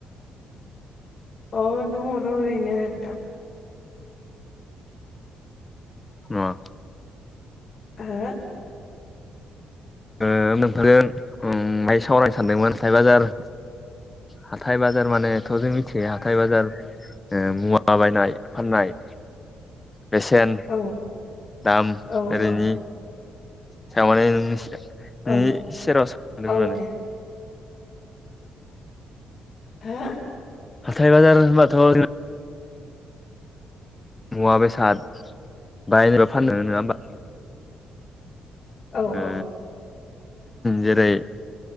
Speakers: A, on the left; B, on the left.
A: अ दङ र ओरैनो दा
B: <unintelligible>
A: हो
B: ओ नोंथांजों ओ बाय सावरायनो सानदोंमोन हाथाइ बाजार हाथाय बाजार मानेथ' जों मिथिखायो हाथाय बाजार ओ मुवा बायनाय फाननाय बेसेन
A: हो
B: दाम
A: औ
B: ओरैनि
A: औ
B: थारमानि नोंनि नोंनि
A: औ
B: <unintelligible> दोंमोन
A: औ
B: मानि
A: दे हो?
B: हाथाय बाजार होनबाथ' जों मुवा बेसाद बायनोबा फाननो नोङा होमबा?
A: औ
B: ओ‌
A: औ
B: जेरै